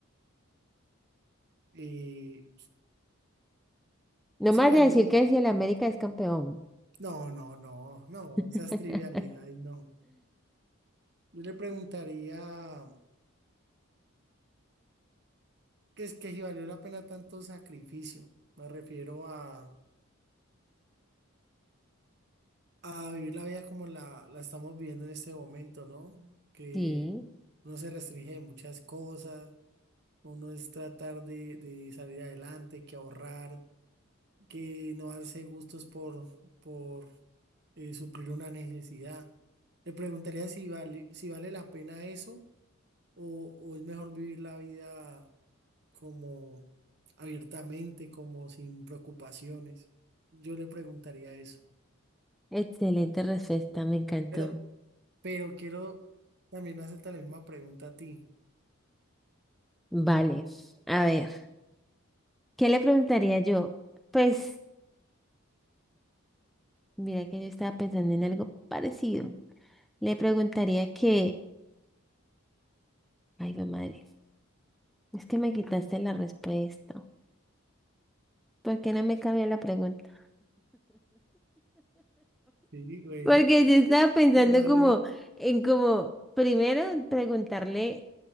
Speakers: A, on the right; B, in the centre.
A: eh,
B: No
A: si
B: más
A: vale.
B: de decir
A: la-
B: que si el América es campeón.
A: No, no, no, no,
B: <laughs>
A: esas trivialidades, no. Yo le preguntaría, ¿qué es que si valió la pena tanto sacrificio? Me refiero a, a vivir la vida como la, la estamos viviendo en este momento, ¿no? Que
B: Sí,
A: uno se restringe de muchas cosas, uno es tratar de, de salir adelante, que ahorrar, que no darse gustos por, por eh, suplir una necesidad. Le preguntaría si vale, si vale la pena eso o, o es mejor vivir la vida. como abiertamente, como sin preocupaciones. Yo le preguntaría eso.
B: excelente respuesta, me encantó.
A: Pero, pero quiero también hacerte la misma pregunta a ti.
B: Vale, a ver. ¿Qué le preguntaría yo? Pues, mira que yo estaba pensando en algo parecido. Le preguntaría que, ay, mi madre, es que me quitaste la respuesta. ¿Por qué no me cabía la pregunta?
A: Sí, bueno,
B: Porque yo estaba
A: eh,
B: pensando
A: es válido.
B: como en como, primero preguntarle